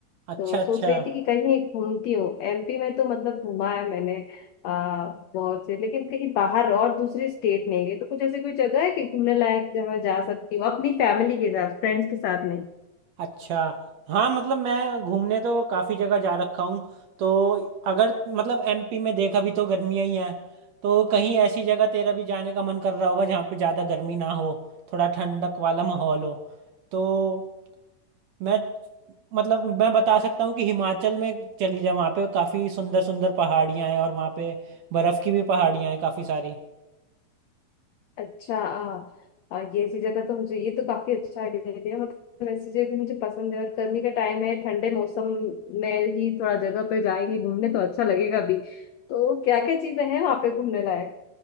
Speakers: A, on the right; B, on the left.
A: अच्छा
B: तो सोच
A: अच्छा
B: रही थी कि कहीं घूमती हूँ एमपी में तो मतलब घूमा है मैंने आ, बहुत से लेकिन कहीं बाहर और दूसरी स्टेट नहीं गई तो कुछ ऐसी कोई जगह है कि घूमने लायक जहाँ मैं जा सकती हूँ अपनी फैमिली के साथ फ्रेंड्स के साथ
A: अच्छा हाँ मतलब मैं घूमने तो काफ़ी जगह जा रखा हूँ तो अगर मतलब एमपी में देखा भी तो गर्मियाँ ही हैं तो कहीं ऐसी जगह तेरा भी जाने का मन कर रहा होगा जहाँ पे ज़्यादा गर्मी ना हो थोड़ा ठंडक वाला माहौल हो तो मैं मतलब मैं बता सकता हूँ कि हिमाचल में चली जा वहाँ पे काफ़ी सुंदर सुंदर पहाड़ियाँ हैं और वहाँ पे बर्फ़ की भी पहाड़ियाँ हैं काफ़ी सारी
B: अच्छा आ, आ, ये ऐसी जगह तो मुझे ये तो काफी अच्छा आइडिया दिया मतलब ऐसी जगह मुझे पसंद है और गर्मी का टाइम है ठंडे मौसम में ही थोड़ा जगह पे जाएंगे घूमने तो अच्छा लगेगा भी तो क्या क्या चीजें हैं वहां पे घूमने लायक